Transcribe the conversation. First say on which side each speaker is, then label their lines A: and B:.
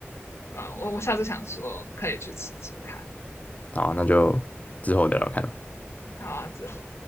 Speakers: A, on the left; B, on the left.
A: 啊，我我下次想说可以去吃吃看。
B: 好，那就之后聊聊看了。
A: 还有啊，之后